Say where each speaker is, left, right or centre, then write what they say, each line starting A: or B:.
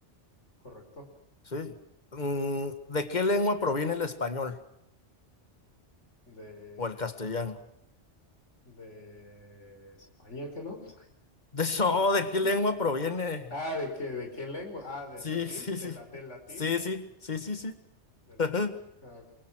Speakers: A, on the left (about 80°); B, on the left (about 40°).
A: Correcto.
B: Sí. Mm, ¿de qué lengua proviene el español
A: De,
B: o el castellano?
A: de España, que no?
B: <laughs> De,
A: <laughs>
B: no, ¿de qué lengua proviene?
A: Ah, ¿de qué, de qué lengua? Ah, del
B: Sí,
A: latín,
B: sí,
A: de
B: sí.
A: la, del latín,
B: Sí, sí, sí, sí, sí.
A: del
B: <laughs>
A: latín. Ah, ok.